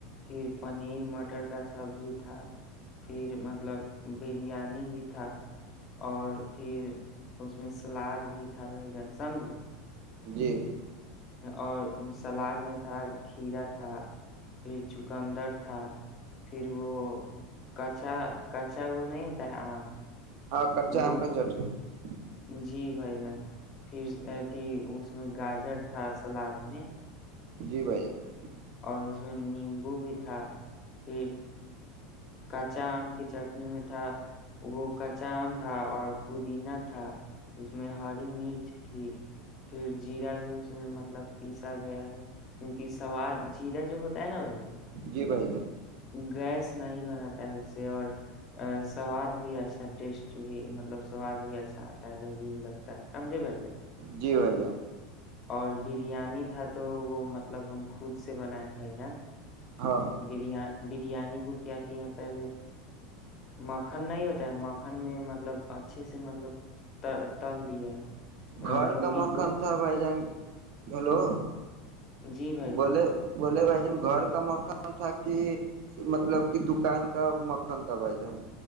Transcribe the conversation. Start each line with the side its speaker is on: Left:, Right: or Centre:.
Left: پھر پنیر مٹر کا سبزی تھا پھر م مطلب بریانی بھی تھا اور پھر اس میں سلاد بھی تھا بھائی جان سمجھ
Right: جی
Left: اور سلاد میں تھا کھیرا تھا پھر چقندر تھا پھر وہ کچا کچا وہ نہیں ہوتا ہے آم
Right: ہاں کچا
Left: وہ
Right: آم کا چٹنی <unintelligible>
Left: جی بھائی جان پھر ا تھی اس میں گاجر تھا سلاد میں
Right: جی بھائی جان
Left: اور اس میں نیمبو بھی تھا پھر کچا آم کی چٹنی میں تھا وہ کچام تھا اور پودینہ تھا اس میں ہری مرچ تھی پھر جیرا بھی اس میں مطلب پیسا گیا ہے کیونکہ سواد چیرا جو ہوتا ہے نا بھائی
Right: جی بھائی جان
Left: گیس نہیں بناتا ہے اسے اور سواد بھی اچھا ٹیسٹ بھی مطلب سواد بھی اچھا آتا ہے لذیذ لگتا ت سمجے بھائیے <inaudible>
Right: جی بھائی جان
Left: اور بریانی تھا تو وہ مطلب ہم خود سے بناائے بھائی جان
Right: ہاں
Left: بری بریانی کو کیا کیا یہ پہلے مکھن نہیں ہوتا ہے مکھن میں مطلب اچھے سے مطلب تل دی ہے
Right: گھر
Left: مرغی
Right: کا مکھن
Left: کو
Right: تھا بھائی جان ہیلو
Left: جی بھائی جان
Right: بولے بولے بھائی ن گھر کا مکھان تھا کہ مطلب کہ دکان کا مکھان تھا بھائی جان